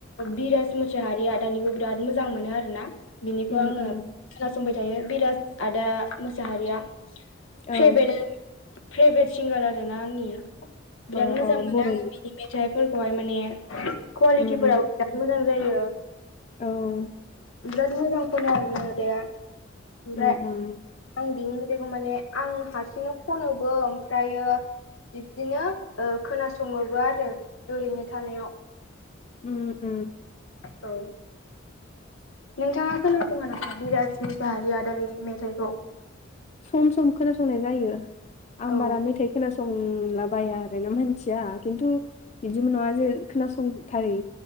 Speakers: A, on the left (about 85°); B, on the left (about 35°).
A: बिराज मुसाहारि आदानिखौ बिराद मोजां मोनो आरो ना बिनिखौ
B: उम
A: आङो
B: उम
A: खोनासंबाय थायो बिराज आदा मोसाहारिया।
B: औ
A: भे फेभारेट सिंगार आर ना आंनि बिराद
B: अ
A: मोजां
B: अ
A: मोनो
B: बर'नि
A: आङो मेथाइफोरखौहाय माने कुवालिटिफोराबो
B: उम उम
A: बिराद मोजां जायो।
B: औ
A: बिराद मोजां ख'नो आरो ना आदाया ओमफ्राय
B: उम उम
A: आं बिनि मेथाइखौ माने आं हारसिंनो खनोबो ओमफ्रायो बिब्दिनो ओ खोनासङोबो आरो ओरैनो थानायाव।
B: उम उम
A: औ नोंथाङा खोनासङा नामा बिराज मुसाहारि आदानि मेथाइखौ
B: सम सम खोनासंनाय जायो आं
A: औ
B: बारा मेथाइ खोनासंला बाया आरो ना मोनथिया खिन्थु बिदिमोन नङा जे खोनासंथारै